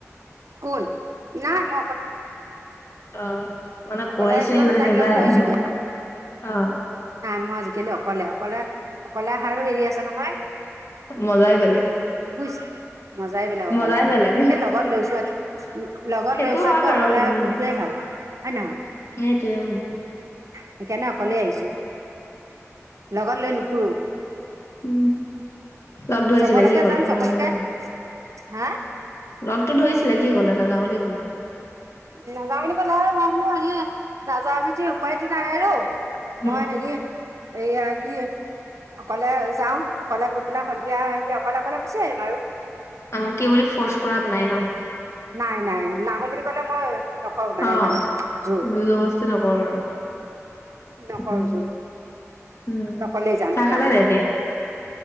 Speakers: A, on the right; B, on the left.
A: কোন নাই ম
B: আহ মানে
A: অকলে
B: পোৱাইছে
A: আহিছো মানে
B: লৈ
A: তাইক
B: নাযায়
A: লগ ধৰিছিলো
B: আৰু! অ।
A: ম আজিকালি অকলে অকলে অকলে আহাৰো হেৰি আছে নহয়।
B: মজাই বেলেগ।
A: বুজ মজাই বেলেগ অকলে
B: মজাই
A: আহহা
B: বেলেগ
A: এই লগত লৈ চোৱাত লগত
B: সেইটো
A: লৈ খোৱাতকৈ
B: হয় বাৰু
A: অকলে
B: উম
A: গুৈ ফোৱাই ভাল নহয়
B: সেইটোৱে উম
A: <inaudible> সেইকাৰণে অকলেই আহিছো লগত লৈনো ফুৰো
B: উ লগ ধৰিছিলে
A: চবলৈকে
B: কি কলে
A: যাম চবলৈকে
B: ন বুলি
A: হা
B: লগতটো ধৰিছিলে কি কলে নাযাওঁ বুলি কলে
A: নাযাওঁ বুলি ক'লে আৰু মই বোলো হেৰি নাওঁ যেতিয়া উপায়টোো নাই। হ আৰু
B: উম
A: মই হেৰি এইয়া কি অকলে যাওঁ অকলে গৈ পেলাই সন্ধিয়া স অকলে অকলে গুচি আহিম আৰু
B: আমুকে বুলি ফৰ্চ কৰাত নাই ন।
A: নাই নাই নাই আহ বুলি কলে মই নকৰো মানে
B: অ
A: ইমান জোৰ
B: জবস্তি নকৰো আৰু
A: নকৰো
B: উম
A: জোৰ।
B: উম
A: অকলে যাম
B: চাহ
A: সেইকাৰণে।
B: খালে নাই এতিয়া